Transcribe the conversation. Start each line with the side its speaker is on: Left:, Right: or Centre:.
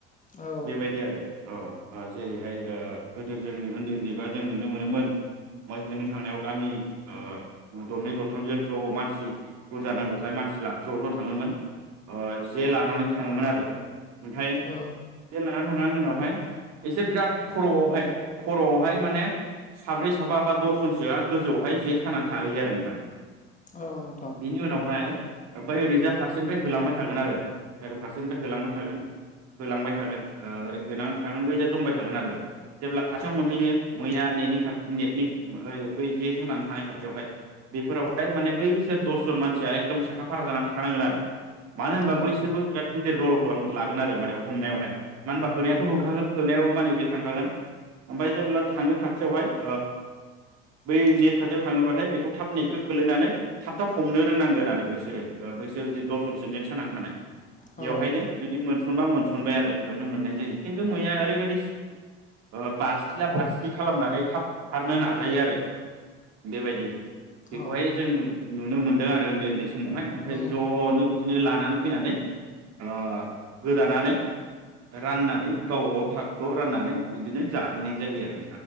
Left: औ
Right: बेबायदि आरो। औ ओ जेरैहाय ओ गोदो जों ओन्दै ओन्दैबा जों नुनो मोनोमोन मै होनो थांनायाव गामि ओ दरनै दरथामजों ज' मानसि बुरजा नांगौखाय मानसि लां ज' ज' थाङोमोन ओ जे लानानै थाङोमोन आरो। ओमफ्राय
Left: औ
Right: जेना <unintelligible> उनावहाय बिसोर बिराद खर'आवहाय खर'आवहाय माने साब्रै साबा बा दसजनसोआ गोजौआवहाय जे सानानै थाहैयो आरो नोंथां
Left: औ नोंथां
Right: बिनि उनावहाय ओमफ्राय ओरैजा फारसेनिफ्राय होलांबाय थागोन आरो ओरै फारसेनिफ्राय होलांबाय थागोन होलांबाय थागोन ओ ओरै होनांथागोन बैजो जमबाय थागोन आरो जेब्ला खाथियाव मोनहैयो मैया नेनि खाथ नेटनि ओ बै जे सानानै थानाय खाथियावहाय। बेफोरावहाय माने बै स <unintelligible> दसजन मानसिया एकदम साखा फारा जाना था थानांगोन आरो। मानो होनबा
Left: औ
Right: बैसोरबो बिराद बिराद गिदिर रल खालाम लागोन आरो माने हमनायावहाय मानो होनबा होनायाथ' होखागोन होनायाव माने बे थांखागोन। ओमफ्राय जेब्ला थाङो खाथियावहाय ओ बै नेट खाथियाव थाङोबाथाय बेखौ थाब नेटखौ खोलैनानै थाब थाब हमनो रोंनांगोन आरो बैसोरो। ओ बैसोर जि दसनसो नेट सोंनानै थानाय
Left: औ
Right: बेवहायनो जुदि मोनस'नबा मोनस'नबाय आरो बेयावनो मोननाय जायो। खिथु मैया ओरैबायदि ओ बारसिला बारसिलि खालामनानै थाब खारनो नाजायो आरो बेबायदि। बेखौहाय
Left: औ
Right: जों नुनो मोनदों आरो उन्दै उन्दै समावहाय। ओमफाय
Left: उम
Right: ज'नो बिदिनो लानानै फैनानै ओ गोदानानै राननानै गावबा गाव भागखौ राननानै बिदिनो जाहैनाय जायो आरो।